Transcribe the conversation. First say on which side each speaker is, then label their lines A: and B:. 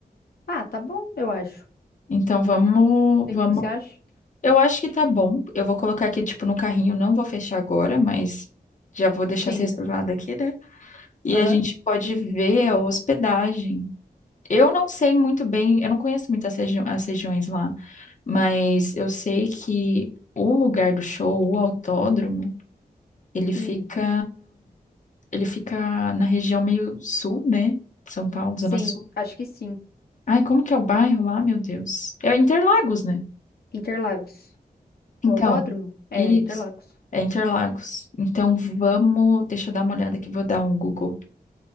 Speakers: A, on the left; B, on the left.
A: Ah, tá bom, eu acho.
B: Então, vamos,
A: Não sei
B: vamos
A: o que que você acha.
B: Eu acho que tá bom. Eu vou colocar aqui, tipo, no carrinho. Não vou fechar agora, mas já vou deixar
A: Sim.
B: se reservado aqui, né? E
A: Aham.
B: a gente pode ver a hospedagem. Eu não sei muito bem, eu não conheço muito as, regi- as regiões lá, mas eu sei que o lugar do show, o autódromo, ele fica,
A: Hum.
B: ele fica na região meio sul, né? São Paulo,
A: Sim,
B: Zona Sul.
A: acho que sim.
B: Ai, como que é o bairro lá, meu Deus? É Interlagos, né?
A: Interlagos.
B: Então,
A: O autódromo?
B: isso.
A: É, Interlagos.
B: É Interlagos. Então, vamos. Deixa eu dar uma olhada aqui, vou dar um Google.